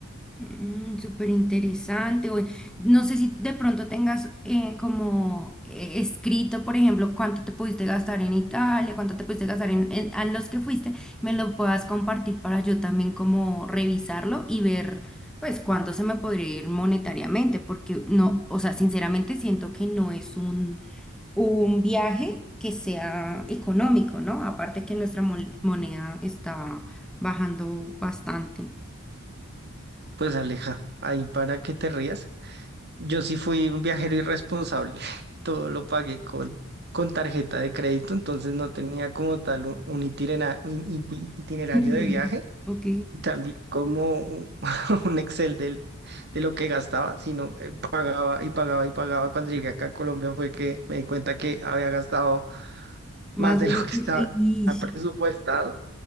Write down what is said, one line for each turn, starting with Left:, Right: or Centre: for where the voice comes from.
Centre: Mm, súper interesante. Oye, No sé si de pronto tengas eh, como eh, escrito, por ejemplo, cuánto te pudiste gastar en Italia, cuánto te pudiste gastar en, en- a los que fuiste, me lo puedas compartir para yo también como revisarlo y ver pues cuánto se me podría ir monetariamente, porque no, o sea, sinceramente siento que no es un, un viaje que sea económico, ¿no? Aparte que nuestra mon- moneda está bajando bastante. <laughs>
Right: Pues Aleja, ahí para que te rías. Yo sí fui un viajero irresponsable. <laughs> Todo lo pagué con, con tarjeta de crédito, entonces no tenía como tal un, un itinera- un iti- itinerario
Centre: Y
Right: de viaje,
Centre: Ok.
Right: también como un, <laughs> un Excel del, de lo que gastaba, sino pagaba y pagaba y pagaba. Cuando llegué acá a Colombia fue que me di cuenta que había gastado
Centre: Más
Right: más de
Centre: de
Right: lo
Centre: lo
Right: que
Centre: que...
Right: estaba <laughs>
Centre: y-
Right: presupuestado,